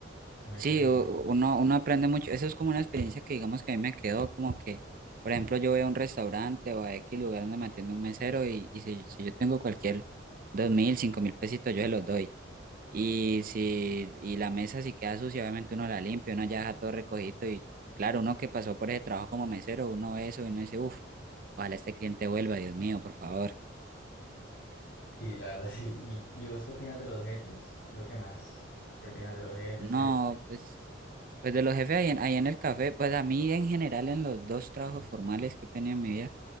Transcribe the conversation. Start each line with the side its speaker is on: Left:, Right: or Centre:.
Left: sí me
Right: Sí,
Left: quedó muy...
Right: u- uno, uno aprende mucho, eso es como una experiencia que digamos que a mí me quedó como que, por ejemplo, yo voy a un restaurante o a X lugar donde me atiende un mesero y, y si, si yo tengo cualquier dos mil, cinco mil pesitos, yo se los doy. Y si, y la mesa si queda sucia, obviamente uno la limpia, uno ya deja todo recogido y claro, uno que pasó por ese trabajo como mesero, uno ve eso y uno dice, uff, ojalá este cliente vuelva, Dios mío, por favor.
Left: Sí, la verdad, <laughs> sí. ¿Y, y vos qué opinas de los jefes? ¿Qué es lo que más? ¿Qué opinas de los jefes?
Right: No,
Left: Te-
Right: pues, pues de los jefes ahí en, ahí en el café, pues a mí en general en los dos trabajos formales que he tenido en mi vida,